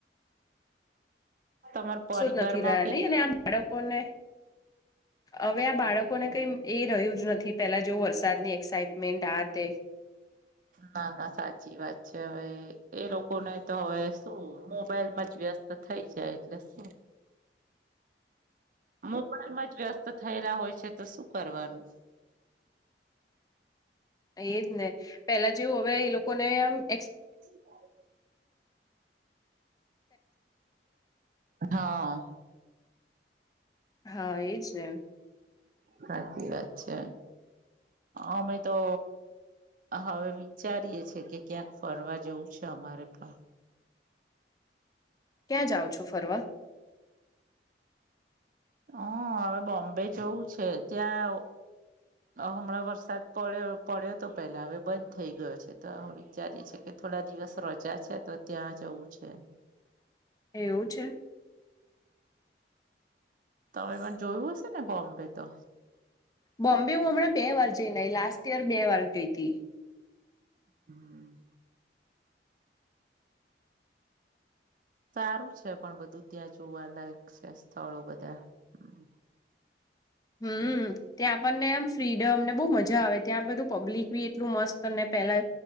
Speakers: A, on the right (about 50°); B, on the left (about 20°).
A: તમાર પરિવારમાં
B: સો જ નથી રહ્યા
A: કેટલા
B: નહીં ને આમ બાળકોને, હવે આ બાળકોને કંઈ એ રહ્યું જ નથી. પેલા જેવું વરસાદની એક્સાાઈટમેન્ટ, આ તે.
A: ના, ના સાચી વાત છે. હવે એ લોકોને તો હવે શું મોબાઈલમાં જ વ્યસ્ત તો થઈ જાય એટલે શું. મોબાઈલમાં જ વ્યસ્ત થયેલા હોય છે તો શું કરવાનું.
B: એજ ને પેલા જેવું હવે એ લોકો ને આમ એક્સ
A: <unintelligible> હા.
B: હા, એજ ને.
A: સાચી વાત છે. અમે તો હવે વિચારીએે છે કે ક્યાંક ફરવા જવું છે અમારે પણ.
B: ક્યાં જાઓ છો ફરવા?
A: અહ હવે બોમ્બે જવું છે ત્યાં હમણાં વરસાદ પડ્યો પડ્યો તો પેલા હવે બંધ થઈ ગયો છે તો હવે વિચારી છે કે થોડા દિવસ રજા છે તો ત્યાં જવું છે.
B: એવું છે?
A: તમે પણ જોયું હશે ને બોમ્બે તો?
B: બોમ્બે હું હમણાં બે વાર જઈ ને આઈ. લાસ્ટ ઇયર બે વાર ગઈ તી.
A: હમ્મ. સારું છે પણ બધું ત્યાં જોવાલાયક છે સ્થળો બધા હમ્મ.
B: હમ્મ. ત્યાં પણને આમ ફ્રીડમ ને બહુ મજા આવે ત્યાં બધું પબ્લિક બી એટલું મસ્ત અને પહેલા